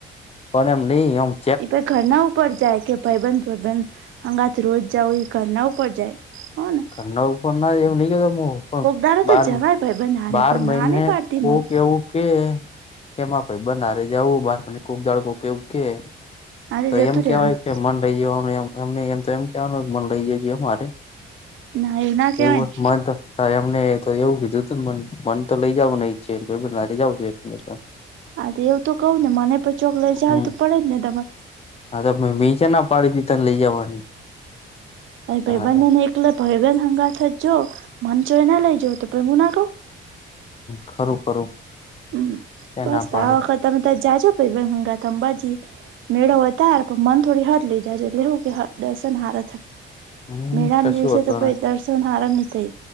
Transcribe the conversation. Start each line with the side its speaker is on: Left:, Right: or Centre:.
Left: પણ એમ નહીં એવું.
Right: એ પ ઘરના ઉપર જાય કે ભાઈબંધ ભબંધ અંગાથ રોજ જાવ એ ઘરના ઉપર જાય હાને
Left: ઘરના ઉપર ના એવું નહી કેતોું પણ
Right: દાડો
Left: બાર
Right: તો જવાય ભાઈબંધ હારે
Left: બાર
Right: કોઈ
Left: મહિને
Right: ના નહી પાડતી
Left: કોક
Right: હું
Left: એવુ કે કેમાં પ બનારે જવું બારપ ખુક દડકોું કેવું કે
Right: આજે
Left: તો
Right: જતું
Left: એમ કેવાય
Right: રેવાનું
Left: છે મન લઈ જવાનુંમમમ એમ કેવાનું મન લઈ જ છે, અમારે
Right: ના ના કેવાય
Left: એવું
Right: ને
Left: મન તો હા એમને તો એવું કીધું હતું મ મન તો લઈ જાવું ઈ જાવું
Right: હા એવું તો કહું ને મને પણ ચોક લ જાવ
Left: હમ.
Right: તો પડે જ ને તમાર
Left: હા, તો તમે બીચા ના પાડી થી તને લઈ જવાની
Right: ભાઈબંધન
Left: તારે
Right: એકલે ભાઈબન હંગાથ જ જો મન જોો એ ના લઈ જ પ્રેમુના કો
Left: ખરું ખરું
Right: હમ
Left: ક્યાં
Right: બસ
Left: ના પાડી
Right: આ વખત તમે ત જાજો પી વહંગાથ અંબાજી મેળો હોય તાર પણ મન થોડી હટ લઇ જાયજ એટલે એવું કે દર્શન હરા થા
Left: હમ
Right: મેળન
Left: કશું
Right: દિવસે
Left: હતું
Right: તો પ
Left: ને
Right: દ ને હાર ન થઈ